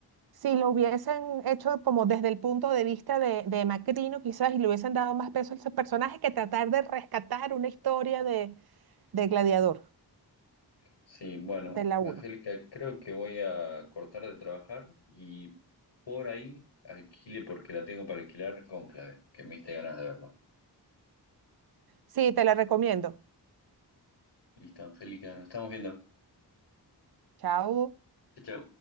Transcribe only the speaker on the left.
Sí, bueno,
Angélica,
creo que voy a cortar de trabajar y por ahí alquile porque la tengo para alquilar Cónclave, que me diste ganas de verla.
Listo, Angélica, nos estamos viendo.
Chao, chao.